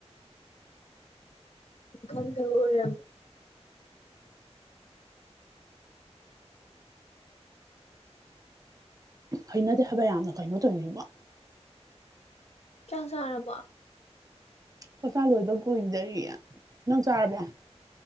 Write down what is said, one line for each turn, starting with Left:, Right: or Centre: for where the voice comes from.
Left: ꯀꯗ ꯑꯣꯏꯔ
Right: ꯀꯩꯅꯗꯦ ꯍꯥꯏꯕ ꯌꯥꯝꯅ ꯀꯩꯅꯣ ꯇꯧꯔꯤꯁꯤꯕ
Left: ꯀꯌꯥ ꯁꯥꯥꯔꯕꯣ
Right: ꯄꯀꯥ ꯂꯣꯏꯕ ꯀꯨꯏꯗꯔꯤ ꯅꯪ ꯆꯥꯔꯕꯣ